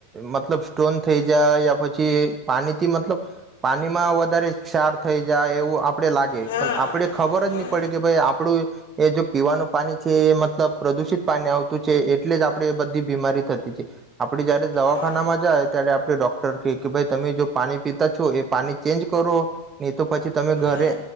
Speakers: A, on the right; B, on the left.
A: મતલબ સ્ટોન થઈ જાય, યા પછી પાણીથી મતલબ પાણીમાં વધારે ક્ષાર થઈ જાય એવું આપડે લાગે
B: હા
A: પણ આપડે ખબર જ
B: હા.
A: નહી, પડે કે ભાઈ આપડું એ જો પીવાનું પાણી છે, એ મતલબ પ્રદુષિત પા આવતું છે, એટલે જ આપડે એ બધી બીમારી થતી છે આપડે જયારે દવાખાનામાં
B: હા
A: જાય ત્યારે આપડે ડોક્ટર ક કે ભાઈ તમે જો પાણી પીતા છો એ પાણી ચેન્જ કરો, હી તો પછી તમે ઘરે
B: હા